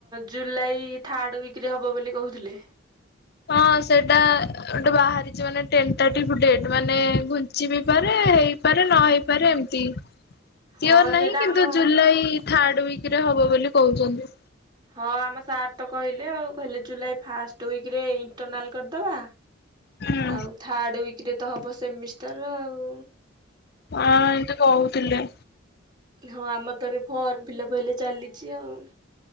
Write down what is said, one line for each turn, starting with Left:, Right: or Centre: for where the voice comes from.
Right: ଜୁଲାଇ ଥାର୍ଡ ୱିକରେ ହବ ବୋଲି କହୁଥିଲେ।
Left: ହଁ ସେଇଟା ଗୋଟେ ବାହାରିଚି ମାନେ ଟେନ୍ ତାଟିଫୁଡେଟ୍ ମାନେ ଘୁଞ୍ଚି ବି ପାରେ ହେଇପାରେ ନ ହେଇପାରେ ଏମିତି ସିଓର
Right: ହଁ
Left: ନାହିଁ
Right: ସେଇଟା
Left: କିନ୍ତୁ
Right: ଆମ
Left: ଜୁଲାଇ ଥାର୍ଡ ୱିକ ରେ ହବ ବୋଲି କହୁଛନ୍ତି।
Right: ହଁ ଆମ ସାର୍ ତ କହିଲେ ଆଉ କହିଲେ ଜୁଲାଇ ଫାଷ୍ଟ ିକରେ ଇଣ୍ଟରନାଲ କରିଦବା।
Left: ହୁଁ
Right: ଆଉ ଥାର୍ଡ ୱିକରେ ତ ହବ ସେମିଷ୍ଟାର ଆଉ।
Left: ହଁ ଏମିନ୍ତି କହୁଥିଲେ।
Right: ହଁ ଆମର ତ ଏବେ ଫର୍ମ ଫିଲବ୍ ହେଲେ ଚାଲିଚି ଆଉ।